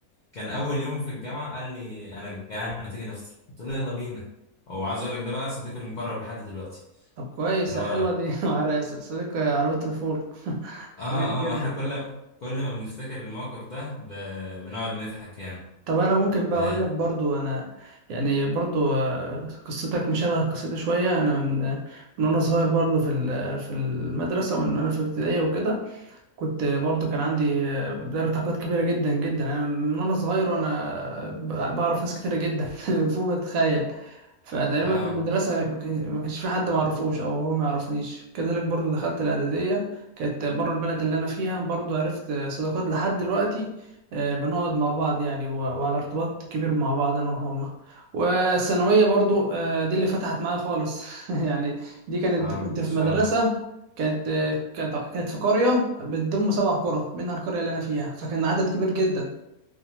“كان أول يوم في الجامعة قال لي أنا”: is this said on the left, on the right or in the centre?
Left